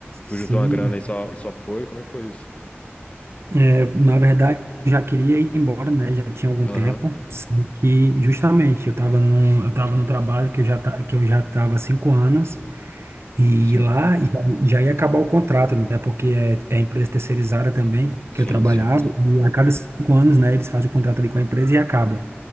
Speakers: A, on the left; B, on the right.
A: tu
B: Sim,
A: juntou uma grana e só, e só foi, como é que foi isso?
B: É, na verdade, eu já queria ir embora, né? Já tinha algum
A: Aham,
B: tempo. E justamente, eu estava no, eu tava no trabalho que eu já tá, que eu já estava há cinco anos. E
A: Sim,
B: lá já, já ia acabar o contrato, né? Porque é, é empresa terceirizada também, que
A: sim,
B: eu trabalhava.
A: sim,
B: E a cada cinco anos, né, eles fazem o contrato ali com a empresa e acaba.